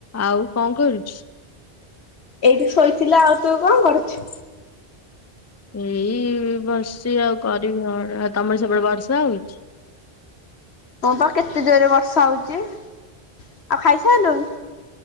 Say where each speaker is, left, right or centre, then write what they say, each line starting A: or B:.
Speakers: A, on the left; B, on the left.
A: ଆଉ କଣ କରୁଚୁ?
B: ଏଇଠି ଶୋଇଥିଲା, ଆଉ ତୁ କଣ କରୁଛୁ?
A: ଏଇ ବସିଛି ଆଉ କରିବି କଣ, ଆଉ ତମର ସେପଟେ ବର୍ଷା ହଉଛି?
B: ହଁ ପା କେତେ ଜୋରରେ ବର୍ଷା ହଉଛି, ଆଉ ଖାଇସାଇଲୁଣି?